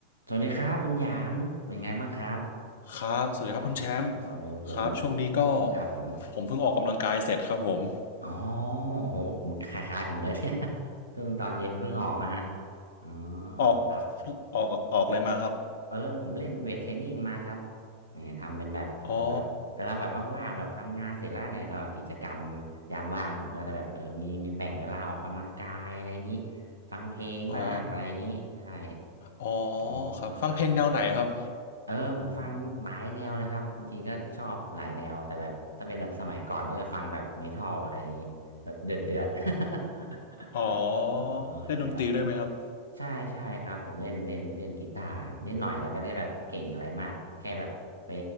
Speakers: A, on the right; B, on the left.
A: สวัสดีครับคุณหยางเป็นไงบ้างครับ
B: ครับสวัสดีครับคุณแชมป์
A: ครับโอ้ผม
B: ครับช่วงนี้ก็
A: ครับผม
B: ผมเพิ่งออกกำลังกายเสร็จครับผม
A: อ๋อโอ้โหคล้ายๆผมเลย <laughs> เนี่ย <laughs> เพ่งตอนเย็นเพิ่งออกมาอ๋อ
B: ออก
A: ครับ
B: ออกออกอะไรมาครับ
A: เออผมเล่นเวทเทรนนิ่งมาครับเนี่ยทำเป็นแบบเออแบบเวลาแบบว่างๆแบบทำงานเสร็จแล้วเนี่ยก็กิจกรรม
B: อ๋อ
A: ยามว่างผมก็เลยแบบเออมีมีแบ่งเวลาออกกำลังกายอะไรอย่างนี้ฟังเพลงบ้างอะไรอย่างนี้ใช่
B: อ๋ออ๋อ
A: อ๋อ
B: ครับฟังเพลงแนวไหนครับ
A: ครับ เออผมฟังหลายแนวเลยครับจริงๆก็ชอบหลายแนวแต่แบบถ้าเป็นแบบสมัยก่อนก็จะฟังแบบเมทัลอะไรอย่างงี้แบบเดือดเดือด <laughs>
B: อ๋อ
A: อ๋อ
B: เล่นดนตรีด้วยไหมครับ
A: ใช่แล้วใช่ใช่ครับผมเล่นเล่นเล่นกีตาร์ครับนิดหน่อยแต่ไม่ได้แบบเก่งอะไรมากแค่แบบไป